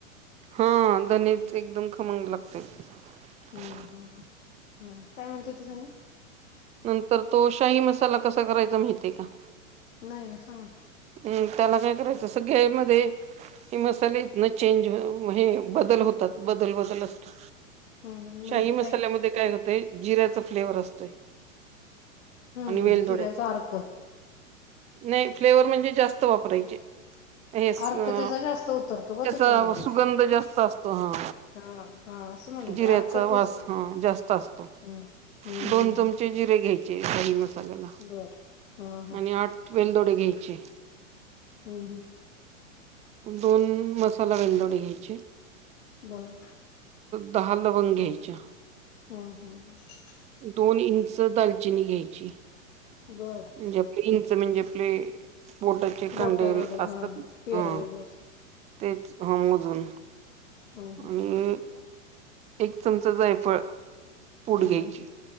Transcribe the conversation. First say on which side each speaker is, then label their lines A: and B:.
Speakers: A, on the right; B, on the left.
A: हा धनीच एकदम खमंग लागते.
B: हम्म
A: <unintelligible>
B: हम्म हम्म काय म्हणतो <unintelligible>
A: नंतर तो, शाही मसाला कसा करायचा माहितीय का?
B: नाही ना, सांग ना.
A: अ त्याला काय करायचं, सगळ्या मध्ये हे मसालेइत न चेंज हे ब बदल होतात. बदल- बदल असतो.
B: हम्म म्हणजे
A: शाही
B: काय
A: मसाल्यामध्ये
B: करते
A: काय होतय, जिऱ्याचा फ्लेवर असतोय.
B: हम्म
A: आणि
B: हम्म
A: वेल दोड्याचा,
B: जिऱ्याचा अर्क
A: नाही. फ्लेवर म्हणजे जास्त वापरायचे. हे स
B: अर्क
A: अ
B: त्याचा जास्त उतरतो ग
A: त्याचा
B: त्याच्यामध्ये
A: सुगंध जास्त असतो, हा.
B: हा हा असं म्हणाले
A: <unintelligible> जिऱ्याचा
B: अर्क
A: वास
B: तेच की
A: हां, जास्त असतो.
B: हम्म हम्म
A: दोन
B: हम्म
A: चमचे
B: हम्म
A: जिरे घ्यायचे दही मसाल्याला
B: बर हा हा
A: आणि आठ वेलदोडे घ्यायचे
B: हम्म ह.
A: दोन मसाला वेंलदोडे घ्यायचे
B: बर.
A: दहा लवंग घ्यायच्या
B: हम्म, हम्. <unintelligible>
A: दोन इंच दालचीणी घ्यायची.
B: बर
A: म्हणजे <unintelligible> नच म्हणजे आपले बोटाचे कंडेल
B: बोटा एवढे
A: असतात
B: हा पेरा
A: ह
B: एवढे असं
A: तेच ह मोजून
B: हम्म हम्म
A: आणि एक चमचा जायफळ. पूड
B: हम्
A: घ्यायची
B: हम्